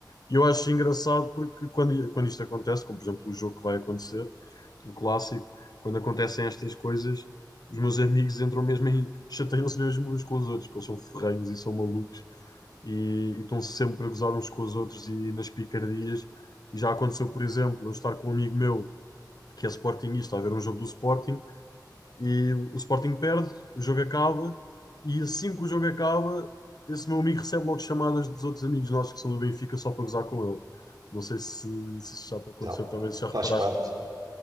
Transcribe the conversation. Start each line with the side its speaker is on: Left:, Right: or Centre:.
Left: E eu acho engraçado porque quando, quando isto acontece, como por exemplo o jogo que vai acontecer, o clássico, quando acontecem estas coisas, os meus amigos entram mesmo em, chateiam-se mesmo uns com os outros, porque eles são ferrenhos e são malucos e, e estão sempre a gozar uns com os outros e nas picardias. E já aconteceu, por exemplo, eu estar com um amigo meu que é sportinguista a ver um jogo do Sporting e o Sporting perde, o jogo acaba e assim que o jogo acaba, esse meu amigo recebe logo chamadas dos outros amigos nossos que são do Benfica só para gozar com ele. Não sei se, se isso já te aconteceu
Right: Então,
Left: também, se já reparaste.
Right: faz parte,